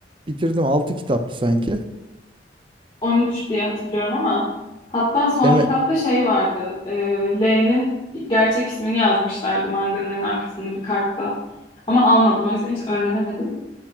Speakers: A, on the right; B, on the left.
A: Bitirdim 6 kitaptı sanki.
B: 13 diye hatırlıyorum ama. Hatta son
A: Deme
B: kitapta şey vardı. E, L'nin gerçek ismini yazmışlardı manganın en arkasında bir kartta. Ama almadım o yüzden hiç öğrenemedim.